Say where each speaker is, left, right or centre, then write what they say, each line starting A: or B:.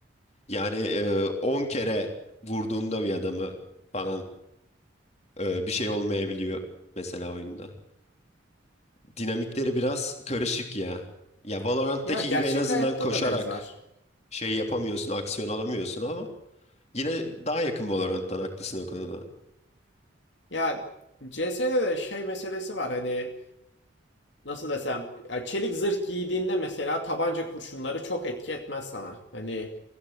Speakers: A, on the left; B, on the left.
A: Yani e, 10 kere vurduğunda bir adamı falan e, bir şey olmayabiliyor mesela oyunda. Dinamikleri biraz karışık ya. Ya Valorant'taki
B: Ya gerçek
A: gibi en azından
B: hayatta
A: koşarak
B: da benzer.
A: şey yapamıyorsun, aksiyon alamıyorsun ama Yine daha yakın Valorant'tan haklısın o konuda.
B: Ya CS'de de şey meselesi var hani nasıl desem ya çelik zırh giydiğinde mesela tabanca kurşunları çok etki etmez sana. Hani